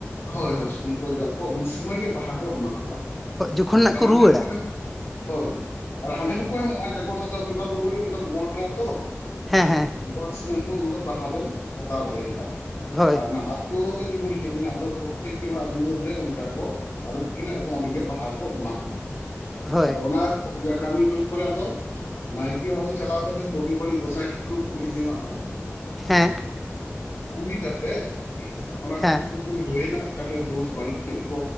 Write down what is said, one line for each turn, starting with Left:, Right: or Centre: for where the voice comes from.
Left: ᱦᱳᱭ ᱦᱳᱭ ᱥᱩᱱᱩᱢ ᱠᱚ ᱚᱡᱚᱜ ᱟᱠᱚ ᱩᱱ ᱥᱩᱢᱟᱹᱭ ᱜᱮ ᱵᱟᱦᱟ ᱠᱚ ᱮᱢᱟ ᱠᱚᱣᱟ
Centre: ᱦᱳᱡ ᱡᱚᱠᱷᱚᱱ ᱱᱟᱜ
Left: ᱟᱨ
Centre: ᱠᱚ
Left: ᱦᱟᱸᱰᱮ
Centre: ᱨᱩᱣᱟᱹᱲᱼᱟ
Left: ᱦᱚᱸᱠᱚ ᱦᱳᱭ ᱟᱨ ᱦᱟᱸᱰᱮ ᱦᱚᱸᱠᱚ ᱮᱢᱚᱜᱼᱟ ᱡᱚᱠᱷᱚᱱ ᱟᱫᱚ ᱵᱚᱸᱜᱟ ᱵᱩᱨᱩ ᱦᱩᱭ ᱟᱫᱚᱢ ᱜᱚᱸᱴ ᱟᱛᱚ
Centre: ᱦᱮᱸ ᱦᱮᱸ
Left: ᱜᱚᱸᱴ ᱥᱚᱢᱚᱭ ᱦᱚᱸ ᱩᱱᱫᱚ ᱫᱚ ᱵᱟᱦᱟ ᱫᱚᱢ ᱦᱟᱛᱟᱣ ᱫᱟᱲᱮᱭᱟᱜᱼᱟ
Centre: ᱦᱳᱭ
Left: ᱟᱨ ᱚᱱᱟ ᱛᱚ ᱡᱚᱠᱷᱚᱱ ᱦᱮᱡ ᱮᱱᱟ ᱟᱫᱚ ᱯᱨᱚᱛᱮᱠᱴᱤ ᱚᱲᱟᱜ ᱫᱩᱣᱟᱹᱨ ᱨᱮ ᱚᱱᱠᱟ ᱠᱚ ᱟᱹᱨᱩᱵ ᱠᱤᱱᱟ ᱚᱰᱮ ᱜᱮ ᱵᱟᱦᱟ ᱠᱚ ᱮᱢᱟ ᱠᱚᱣᱟ
Centre: ᱦᱳᱭ
Left: ᱟᱫᱚ ᱚᱱᱟ ᱠᱟᱹᱢᱤ ᱦᱩᱭ ᱯᱚᱨᱮ ᱟᱫᱚ ᱱᱟᱭᱠᱮ ᱚᱲᱟᱜ ᱜᱮ ᱪᱟᱞᱟᱣ ᱠᱟᱛᱮ ᱵᱩᱜᱤ ᱵᱟᱹᱲᱤᱡ ᱜᱚᱸᱥᱟᱭ ᱴᱷᱮᱪ ᱠᱚ ᱠᱩᱞᱤ ᱡᱚᱜᱟᱜ ᱟ
Centre: ᱦᱮᱸ
Left: ᱠᱩᱞᱤ ᱠᱟᱛᱮ ᱚᱱᱟ
Centre: ᱦᱮᱸ
Left: ᱠᱩᱞᱤ ᱠᱚ ᱠᱩᱞᱤ ᱦᱩᱭᱱᱟ ᱚᱠᱟᱴᱷᱮᱡ ᱫᱳᱥ ᱵᱟᱹᱲᱤᱡ ᱪᱮᱫ ᱠᱚ